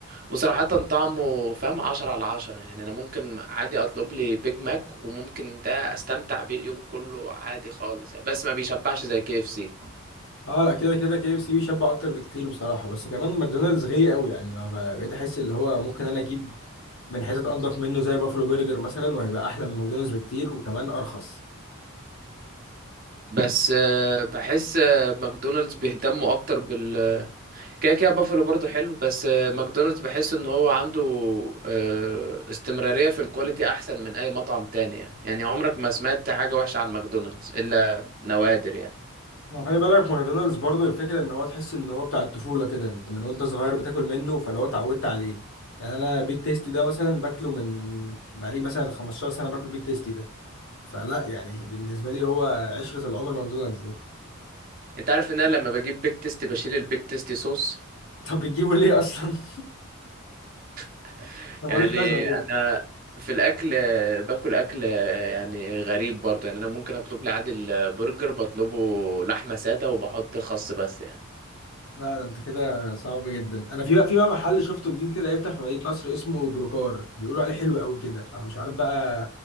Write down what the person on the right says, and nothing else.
وصراحة طعمه فاهم عشرة على عشرة يعني أنا ممكن عادي أطلب لي بيج ماك وممكن ده أستمتع بيه اليوم كله عادي خالص يعني. بس ما بيشبعش زي كي اف سي
بس آه، بحس آه، ماكدونالدز بيهتموا اكتر بال كده كده بافلو برضه حلو بس آه، ماكدونالدز بحس ان هو عنده آه، استمرارية في الكواليتي احسن من اي مطعم تاني يعني يعني عمرك ما سمعت حاجة وحشة عن ماكدونالدز الا نوادر يعني
انت عارف ان انا لما بجيب بيك تيستي بشيل البيك تيستي صوص
<laughs>
يعني
انا في الاكل آه، باكل اكل آه، يعني غريب برضه يعني انا ممكن اطلب لي عادل آه، برجر بطلبه لحمة سادة وبحط خس بس يعني